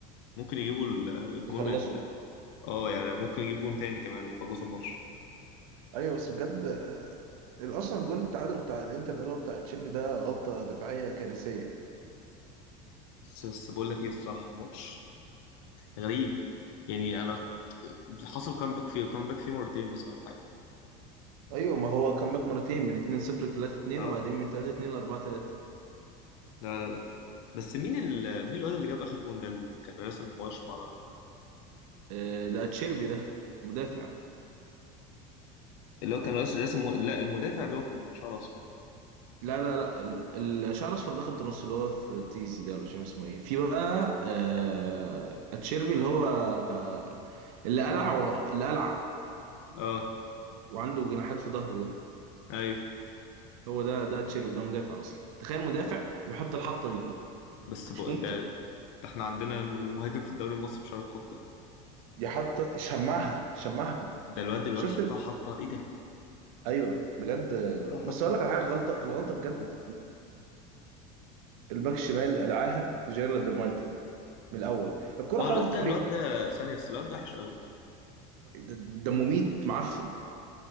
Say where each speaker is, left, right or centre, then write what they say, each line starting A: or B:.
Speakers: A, on the left; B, on the right.
A: ممكن يجيبوا ال- الجون
B: يخلصوا
A: ال... اه يعني ممكن يجيبوا جون تاني كمان ويخلصوا الماتش
B: ايوه بس بجد آه، اصلا الجون التعادل بتاع الانتر ده اللي هو بتاع تشيربي ده غلطة دفاعية كارثية
A: بس بس بقول لك ايه الصراحة الماتش غريب يعني انا حصل كامباك فيه كامباك فيه مرتين بس ولا حاجه
B: ايوه ما هو كان باك مرتين من 2-0 ل 3-2
A: اه
B: وبعدين من 3-2 ل 4-3
A: لا لا لا بس مين ال... مين الواد اللي جاب اخر جون ده اللي كان راسم وشم على ده
B: آه، ده اتشيربي ده مدافع
A: اللي هو كان راس- راسم و... لا المدافع اللي هو كان شعره اصفر
B: لا لا لا ال- الشعر الاصفر ده خط نص اللي هو فرتيزي ده ولا مش عارف اسمه ايه في بقى آه، اتشيربي اللي هو آه، اللي
A: مم.
B: قلع و... اللي قلع
A: اه
B: وعنده جناحات في ظهره ده
A: ايوه
B: هو ده ده اتشيربي ده مدافع اصلا تخيل مدافع يحط الحطه دي
A: بس بق...
B: مش ممكن
A: ده ده احنا عندنا المهاجم في الدوري المصري مش عارف يحطه
B: دي حطه شمعها شمعها في الجول
A: ده الواد الواد
B: شفت
A: حطها
B: ال...
A: حطها ايه ده
B: ايوه بجد
A: الواد حطها حطها
B: بس اقول لك على حاجه غلطه الغلطه بجد
A: إيه؟
B: الباك الشمال قلعاها جيرارد مارتن من الاول الكره
A: اه
B: خبطت
A: الواد ده
B: في
A: الواد
B: رجل
A: ده ثانيه بس الواد ده وحش قوي
B: ده ده مميت معفن